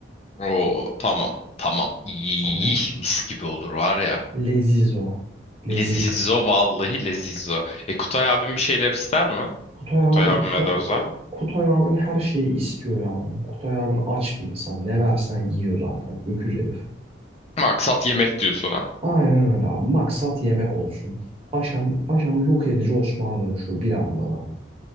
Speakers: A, on the left; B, on the right.
A: Oo tamam. Tamam. İyi, iyi,
B: Hani
A: iyi. mis gibi olur var ya.
B: lezizo. Lezizo.
A: Lezizo vallahi lezizo. E Kutay abim bir şeyler ister mi?
B: Kutay
A: Kutay
B: abin,
A: abim
B: Kutay,
A: Medoza.
B: Kutay abin her şeyi istiyor yavrum. Kutay abin aç bir insan. Ne versen yiyor zaten. Öküz herif.
A: Maksat yemek diyor sana.
B: Aynen öyle abi. Maksat yemek olsun. Paşam, paşam yok edici Osman'a dönüşüyor bir anlamda.